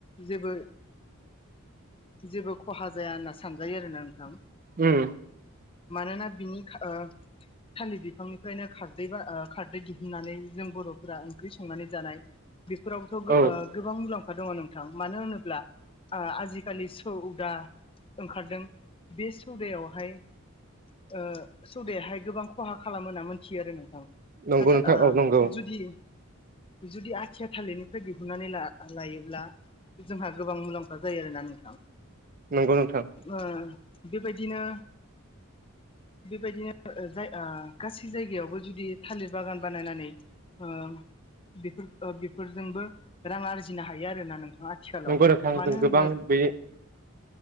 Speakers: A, on the left; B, on the right.
A: जेबो जेबो खहा जाया होनना सानजायो आरोना नोंथां।
B: उम
A: मानोना बिनि ओ थाललिर बिफांनिफ्रायनो खारदै बा आ खारदै दिहुनन्नानै जों बरफोरा ओंख्रि संनानै जानाय बेफोरावथ‌ गो
B: औ
A: ओ गोबां मुलाम बा दङ नोंथां मानो होनोब्ला आजिखालि सौ दा ओंखारदों बे सौदायावहाय ओ सौदायाहाय गोबां खहा खालामो होनना मोन्थियो आरो नोंथां नाथाय
B: नंगौ नोंथां
A: ओ
B: औ नंगौ
A: जुदि जुदि आथिया थालिरनिफ्राय दिहुननानै ला लायोब्ला जोंहा गोबां मुलाम्फा जायो आरोना नोंथां।
B: नंगौ नोंथां
A: ओ बेबायदिनो बेबायदिनो जाय ओ गासै जायगायावबो जुदि थालिर बागान बानायनानै ओ बेफोर ओ बेफोरजोंबो रां आरजिनो हायो आरोना नोंथां आथिखालाव
B: नंगौ नोंथां
A: मानो
B: जों
A: होनब्ला
B: गोबां बे